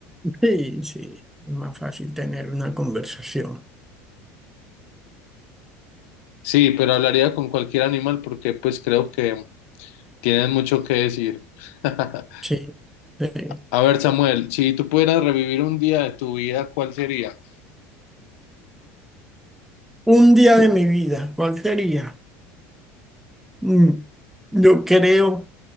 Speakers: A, in the centre; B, on the left (about 70°).
A: Sí, sí. Es más fácil tener una conversación.
B: Sí, pero hablaría con cualquier animal porque pues creo que tienen mucho que decir. <laughs>
A: Sí. sí.
B: A ver, Samuel, si tú pudieras revivir un día de tu vida, ¿cuál sería?
A: Un día de mi vida, ¿cuál sería? Mm, Yo creo